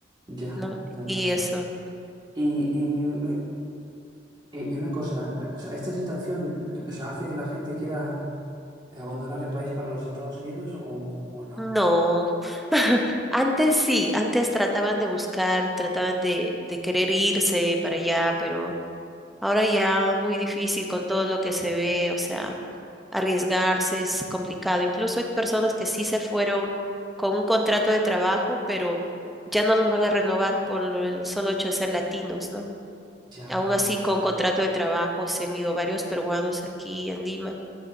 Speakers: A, on the right; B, in the centre.
A: Ya,
B: ¿no?
A: ya, claro.
B: Y eso
A: Y, y, y- y una cosa, eh, o sea, esta situación, eh, o sea, hace que la gente quiera abandonar el país para los Estados Unidos o, o no.
B: No, <laughs> antes sí, antes trataban de buscar, trataban de, de querer irse para allá, pero ahora ya muy difícil con todo lo que se ve, o sea, arriesgarse es complicado. Incluso hay personas que sí se fueron con un contrato de trabajo, pero ya no los van a renovar por lo- el solo hecho de ser latinos, ¿no?
A: Ya,
B: Aún así,
A: ya.
B: con contrato de trabajo se han ido varios peruanos aquí en Lima